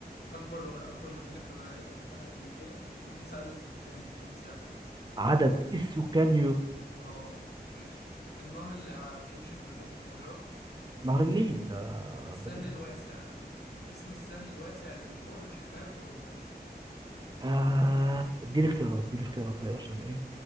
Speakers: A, on the left (about 70°); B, on the right (about 25°).
A: أكبر أكبر مدينة في الولايات المتحدة الأمريكية من حيث عدد السكان مش المساحة
B: عدد السكان
A: اه ماشي النهر اللي ع- بيمشي في مدينة القاهرة
B: نهر النيل ده
A: السهل
B: بديهي
A: الواسع اسم السهل الواسع اللي بيمر شمال أوروبا
B: آه اديني اختيارات اديني اختيارات طيب عشان ايه